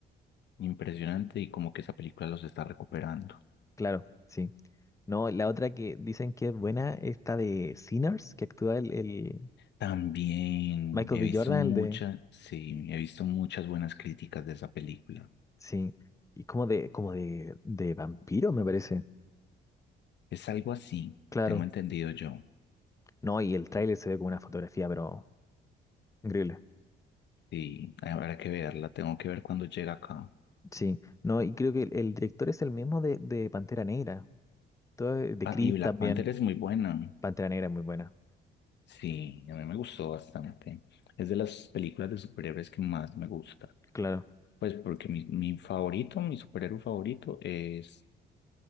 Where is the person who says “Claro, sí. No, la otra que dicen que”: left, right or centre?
Left